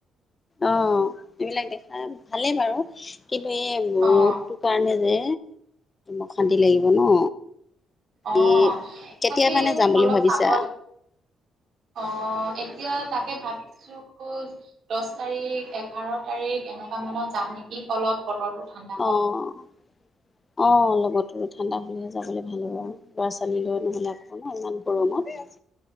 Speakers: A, on the left; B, on the right.
A: অঁ এইবিলাক দেখাই ভালেই বাৰু কিন্তু এই ৰ'দটো-
B: অ',
A: কাৰণে যে অশান্তি লাগিব ন।
B: অঁ
A: এই কেতিয়া
B: তাকে
A: মানে যাম বুলি
B: অলপ
A: ভাবিছা
B: চাব লাগ- অঁ' এতিয়া তাকে ভাবিছোঁ- দশ তাৰিখ এঘাৰ তাৰিখ এনেকুৱা মানত যাম নেকি? ই অলপ বতৰটো ঠাণ্ডা হওঁক।
A: অ অঁ লগতো ঠাণ্ডা হ'লেহে যাবলে ভাল হ'ব অঁ। ল'ৰা ছোৱালী লৈ নহ'লে আকৌ ন, ইমান গৰমত।